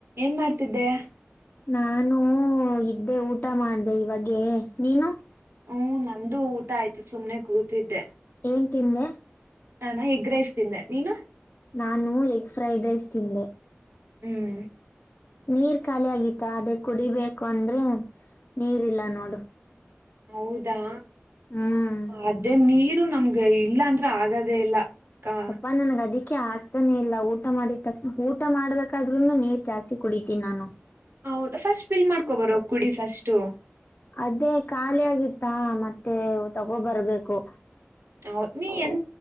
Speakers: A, on the right; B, on the left.
A: ಏನ್ ಮಾಡ್ತಿದ್ದೆ
B: ನಾನು ಇದ್ದೆ ಊಟ ಮಾಡ್ದೆ ಇವಾಗೇ ನೀನು
A: ಹು ನಂದು ಊಟ ಆಯ್ತು ಸುಮ್ಮನೆ ಕೂತಿದ್ದೆ
B: ಹುಂತಿಣ್ಣ
A: ನಾ ನಾ ಎಗ್ಗ್ ರೈಸ್ ತಿಂದೇ ನೀನು
B: ನಾನು ಎಗ್ ಫ್ರೈಡ್ ರೈಸ್ ತಿಂದೆ
A: ಹ್ಮ್
B: ನೀರ್ ಖಾಲಿ ಆಗಿತ್ತ ಅದೇ ಕುಡಿಬೇಕು ಅಂದ್ರೆ ನೀರು ಇಲ್ಲ ನೋಡು
A: ಹೌದಾ
B: ಹ್ಮ್
A: ಅದೇ ನೀ ರು ನಮ್ಗೆ ಇಲ್ಲಾ ಅಂದ್ರೆ ಆಗದೇ ಇಲ್ಲ ಕ
B: ಪಪ್ಪಾ ನನ್ಗ ಅದಕ್ಕೆ ಆ ತನೇ ಇಲ್ಲ ಊಟ ಮಾಡಿದ ತಕ್ಷಣ ಊಟ ಮಾಡ್ಬೇಕಾದ್ರುನು ನೀರ್ ಜಾಸ್ತಿ ಕುಡಿತೀನಿ ನಾನು
A: ಹೌದ ಫಸ್ಟ್ ಬಿಲ್ ಮಾಡ್ಕೋಬರೋ ಕುಡಿ ಫಸ್ಟ್
B: ಅದೇ ಖಾಲಿ ಆಗಿತ್ತಾ ಮತ್ತೆ ತಗೋ ಬರರ್ಬೇಕು
A: ಹೌದ ನೀ ಎ